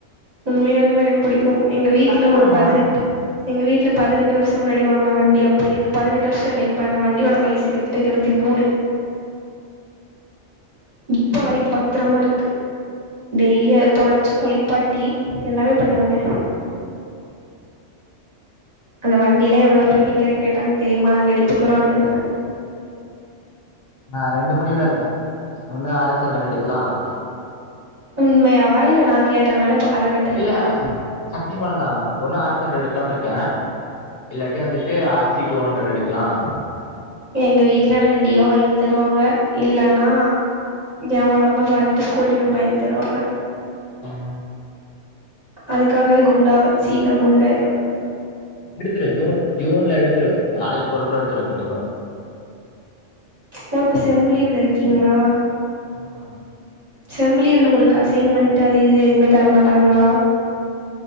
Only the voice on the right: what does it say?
உண்மையாலுமே எனக்கு புடிக்கும் இப்போ எங்க வீட்ல
ஒரு பதினெட்டு எங்க வீட்ல பதினெட்டு வருஷம் முன்னாடி வாங்குன வண்டி அப்டியே இருக்கு பதினெட்டு வருஷம் இல்ல இப்ப அந்த வண்டியோட வயசு கிட்டத்தட்ட இருவத்தி மூணு இப்ப வரைக்கும் பத்திரமா இருக்கு டெய்லி அத தொடச்சி குளிப்பாட்டி டீ எல்லாமே பண்ணுவங்க அந்த வண்டியில எவ்வளவு பேர் விக்கிற கேட்டாங்க தெரியுமா நாங்க எடுத்துக்கிறோம்ன்னு
உண்மையாவா இல்ல கேட்டனால இப்ப கத கட்றீங்களா
எங்க வீட்டுல எனக்கு டியோ வாங்கி தருவாங்க இல்லன்னா என் உடம்பு பாத்தட்டு ஸ்கூட்டி பேப் வாங்கி தருவாங்க
அதுக்காகவே குண்டாவேன் சீக்கிரம் குண்டாயிருவேன்
ஓ இப்ப செம்லிவுல இருக்கீங்களா
செம்லீவ் உங்களுக்கு அசைம்மன்ட்டு அது இது எதுவுமே தர மாட்டாங்களா